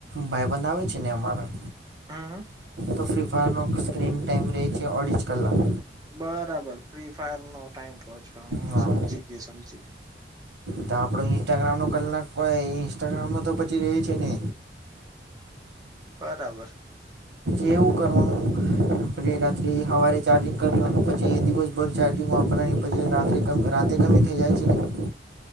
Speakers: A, on the right (about 90°); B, on the right (about 20°).
A: ભાઈબંધ આવે છે ને અમારા.
B: હં હા.
A: તો ફ્રીફાયરનો સ્ક્રીન ટાઈમ રે છે ઓડિટ કરલા.
B: બરાબર ફ્રી ફાયર નો ટાઈમ પછો હું
A: હા
B: સમજી ગયો સમજી.
A: તો આપડો ઈન્સ્ટાગ્રામ નો કલાક કોય ઇન્સ્ટાગ્રામ નો તો પછી ર છે ને.
B: બરાબર.
A: જેવ કરો. અને રાત્રે સવારે ચાર્જિંગ કરનું પછી દિવસભર ચાર્જિંગ વાપરવાની પછી રાત્રે. રાતે કમી થઈ જાય છે ને.